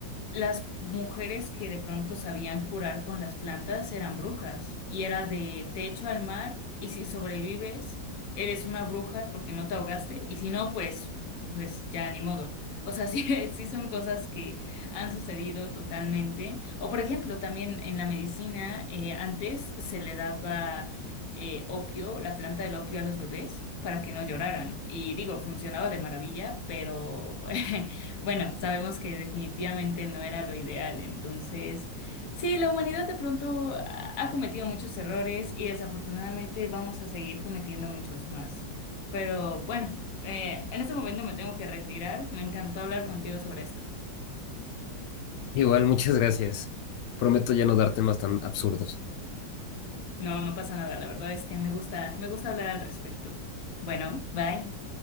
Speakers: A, on the left; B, on the left.
A: las mujeres que de pronto sabían curar con las plantas eran brujas y era de techo al mar y si sobrevives eres una bruja porque no te ahogaste y si no pues pues ya ni modo. O sea, <laughs> sí, sí son cosas que han sucedido totalmente. O por ejemplo, también en la medicina eh, antes se le daba eh, opio, la planta del opio a los bebés para que no lloraran y digo, funcionaba de maravilla, pero <laughs> Bueno, sabemos que definitivamente no era lo ideal, entonces sí, la humanidad de pronto ha ha cometido muchos errores y desafortunadamente vamos a seguir cometiendo muchos más. Pero bueno, eh, en este momento me tengo que retirar. Me encantó hablar contigo sobre esto.
B: <laughs> Igual, muchas gracias. Prometo ya no darte más tan absurdos.
A: No, no pasa nada, la verdad es que me gusta, me gusta hablar al respecto. Bueno, bye.